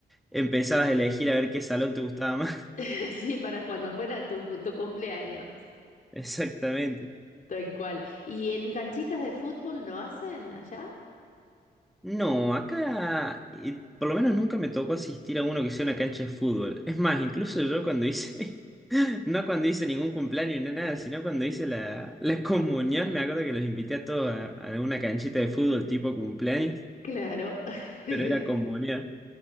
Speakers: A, in the centre; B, on the left.
A: empezabas a elegir a ver qué salón te gustaba más.
B: <laughs> Sí, para cuando fuera tu, tu cumpleaños,
A: <laughs> Exactamente.
B: tal cual. ¿Y en canchitas de fútbol no hacen allá?
A: No, acá eh, por lo menos nunca me tocó asistir a uno que sea una cancha de fútbol. Es más,
B: Ah,
A: incluso yo cuando hice, <laughs> no cuando hice ningún cumpleaños ni nada, sino cuando hice la, la comunión, me acuerdo que los invité a todos a, a una canchita de fútbol tipo cumpleaños,
B: claro. <laughs>
A: pero era comunión.